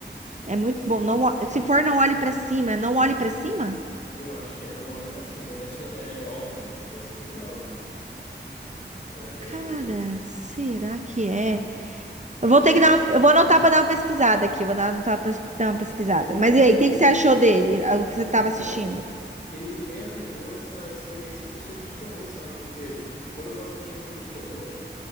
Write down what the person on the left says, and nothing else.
pois
eu acho que é Não Olhe Pra Cima. É, so... é OVNI, esse é sobre OVNI. Será que
é eu mesmo?
Mas
assim.
Pois dá
uma olhada
depois.
Então,
ele me reavivou essa experiência dos filmes de terror, sabe? Porque quando eu vou assistir um filme de terror,